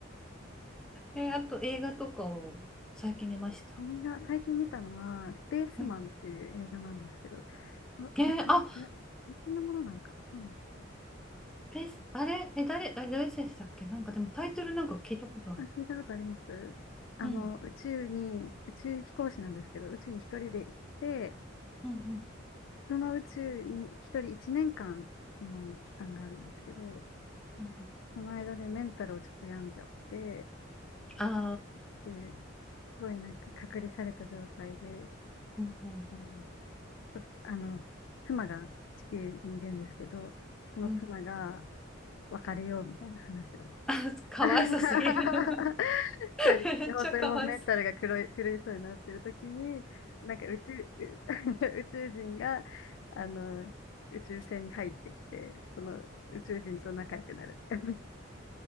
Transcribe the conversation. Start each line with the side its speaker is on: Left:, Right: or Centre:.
Centre: え、あと映画とかを最近見ました。
Left: 映画、最近見たのは、スペースマンっていう映画なんですけど、
Centre: うん。
Left: うわこれ、
Centre: えーあ、
Left: 最近最近のものなのかなどうなんだ
Centre: ペース、あれ、え、誰、あれ、ロイセンスだっけなんかでもタイトルなんか聞いたことある。
Left: あ、聞いたことありますあの、
Centre: うん、
Left: 宇宙に、宇宙飛行士なんですけど、宇宙に一人で行って、
Centre: うん、うん、
Left: その宇宙に一人一年間、その期間があるんですけど、
Centre: うん。
Left: その間でメンタルをちょっと病んじゃって、
Centre: あ
Left: っていう、すごいなんか隔離された状態で、
Centre: あー、うん、うん、
Left: こう、そあの、妻が地球にいるんですけど、その妻が
Centre: うん。
Left: 別れようみたいな話を。
Centre: <laughs> あ、かわいそうすぎる。
Left: <laughs>
Centre: <laughs>
Left: たり、
Centre: めっちゃかわいそう。
Left: 本当にもうメンタルが狂い、狂いそうになってる時に、なんか宇宙、<laughs> 宇宙人が、あの、宇宙船に入ってきて、その宇宙人と仲良くなる。<laughs> なん